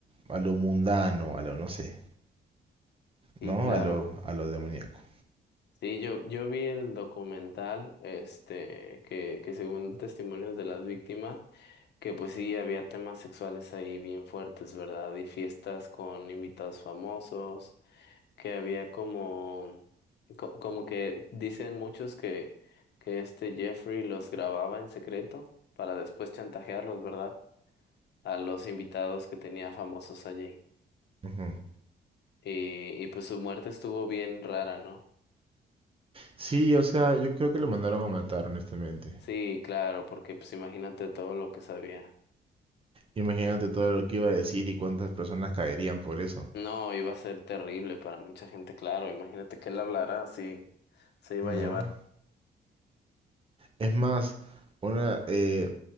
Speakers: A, on the right; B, on the left.
A: a lo mundano, a lo no sé,
B: sí,
A: ¿no?
B: claro.
A: A lo, a lo demoníaco.
B: Sí, yo, yo vi el documental, este, que, que según testimonios de las víctimas, que pues sí, había temas sexuales ahí bien fuertes, ¿verdad? Y fiestas con invitados famosos, que había como, co- como que dicen muchos que, que este Jeffrey los grababa en secreto para después chantajearlos, ¿verdad? A los invitados que tenía famosos allí.
A: Ujú.
B: Y, y pues su muerte estuvo bien rara, ¿no?
A: Sí, o sea, yo creo que lo mandaron a matar, honestamente.
B: Sí, claro, porque pues imagínate todo lo que sabía.
A: Imagínate todo lo que iba a decir y cuántas personas caerían por eso,
B: No, iba a ser terrible para mucha gente, claro. Imagínate que él hablara así, se iba
A: ¿no?
B: a llevar.
A: Es más, una, eh,